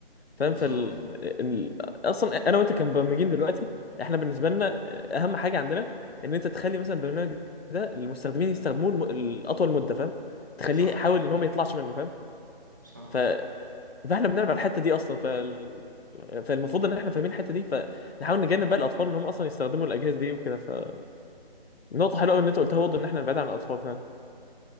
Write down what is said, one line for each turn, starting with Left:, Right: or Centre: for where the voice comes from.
Left: فاهم
Right: بالظبط
Left: فال ال... اصلا انا وانت كمبرمجين دلوقتي احنا بالنسبه لنا اهم حاجه عندنا ان انت تخلي مثلا البرنامج ده المستخدمين يستخدموه الم... الاطول مده فاهم تخليه
Right: صح
Left: حاول ان هو ما يطلعش منه فاهم
Right: صح
Left: ف... فاحنا بنلعب على الحته دي اصلا فال... فالمفروض ان احنا فاهمين الحته دي فنحاول نجنب بقى الاطفال ان هم اصلا يستخدموا الاجهزه دي وكده فنقطه حلوه قوي ان انت قلتها برضه ان احنا نبعد عن الاطفال فاهم